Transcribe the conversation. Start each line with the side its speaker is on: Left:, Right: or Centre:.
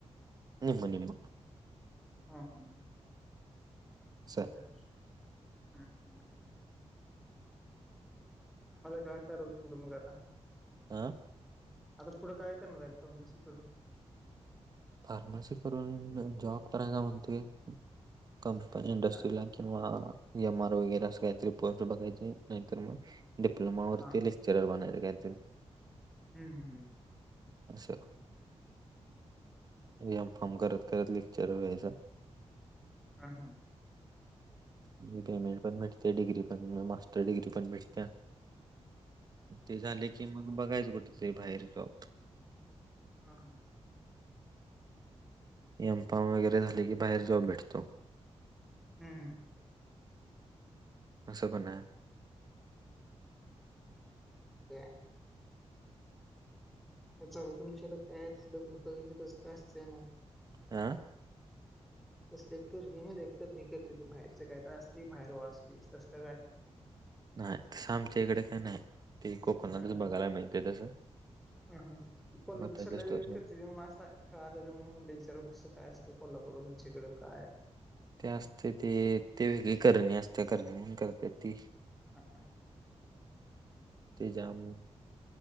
Right: निम्म निम्म
Centre: हम हम ह
Right: असं
Centre: ब
Right: आहे.
Centre: हम् हम् म आता काय करायचं पुढं मग आता
Right: आं
Centre: आता पुढं काय करणार आहे फार्मसी करून
Right: फार्मसी करून जॉब करायचा म्हणतोय कंप इंडस्ट्रीला
Centre: हा
Right: किंवा एम आर वगैरे असं काहीतरी पोस्ट बघायचे नाहीतर मग डिप्लोमा वरती
Centre: हा
Right: <unintelligible>
Centre: हम् हम
Right: अस एमकाॅम करत करत लेक्चर वयचं
Centre: ह हां
Right: मी पेमेंट पण भेटते डग्री पण मास्टर डिग्री पण भेटते ते झाले की मग बघायचं कुठे ते बाहेर जॉब
Centre: हा हा
Right: एमकाॅम वगैरे झाले की बाहेर जॉब भेटतो
Centre: हम् हम
Right: अस असं पण हाय
Centre: <unintelligible> काय चालू हाय तुमच्याकडे तसलं काय भूत बितस काय असते नाही
Right: आह
Centre: तसली एक करणी माहीताय करणी करत्याती बाहेरच कायतर आसतय बाहेर वास बीस तसलं काय
Right: नाही तसं आमच्या इकडे का नाही ते कोकणातच
Centre: <unintelligible>
Right: बघायला मिळते तसं
Centre: कळाले
Right: मताच्या स्टोर
Centre: रे म्हणून म्हणलं विचारलो कसं काय असत कोल्हापूरला तुमच्याइकडे काय
Right: ते असते ते ते वेगळी करणे असते करणे म्हणून करते ती
Centre: हा हा
Right: ते जाम